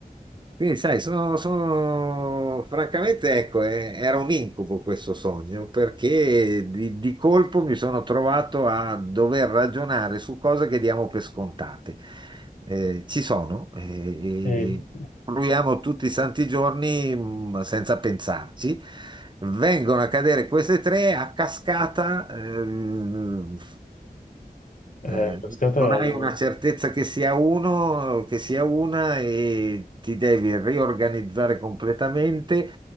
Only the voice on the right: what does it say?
Quindi, sai, sono, sono- francamente, ecco, eh, era un incubo questo sogno, perché di, di colpo mi sono trovato a dover ragionare su cose che diamo per scontate. Eh, ci sono, eh,
e proviamo tutti i santi giorni, mh, senza pensarci. Vengono a cadere queste tre a cascata, eh,
eh,
non hai
una certezza che sia uno, che sia una e ti devi riorganizzare completamente,